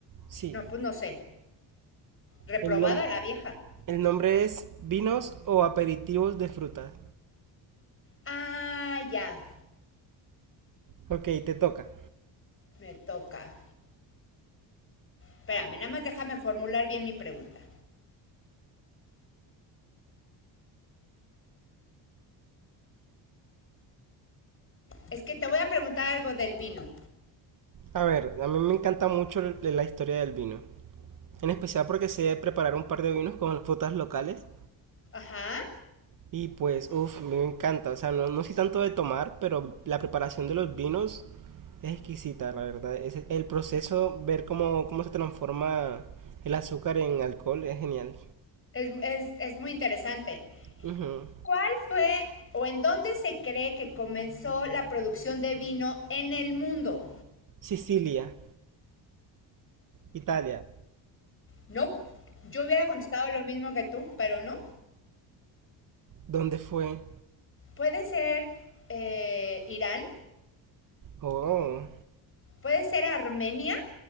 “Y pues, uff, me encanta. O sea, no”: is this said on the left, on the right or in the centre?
Right